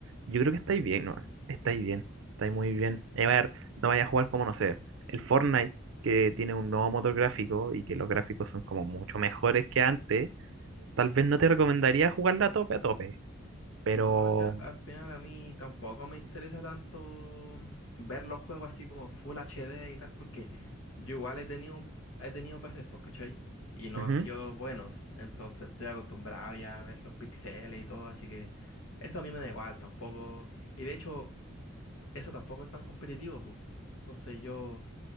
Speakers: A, on the right (about 70°); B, on the left (about 85°).
A: yo creo que estáis bien, ¿no? Estáis bien, estáis muy bien. Y A ver, no vaya a jugar como, no sé, el Fortnite, que tiene un nuevo motor gráfico y que los gráficos son como mucho mejores que antes, tal
B: Sí,
A: vez
B: po,
A: no te
B: pero
A: recomendaría jugarla a tope a tope, pero...
B: No, o sea, al final a mí tampoco me interesa tanto mm, ver los juegos así como Full HD y tal, porque yo igual he tenido, he tenido PCs, pues, ¿cachai? Y no
A: ujú.
B: han sido buenos, entonces estoy acostumbrado ya a ver los píxeles y todo, así que eso a mí me da igual tampoco. Y de hecho, eso tampoco es tan competitivo, pues. Entonces yo,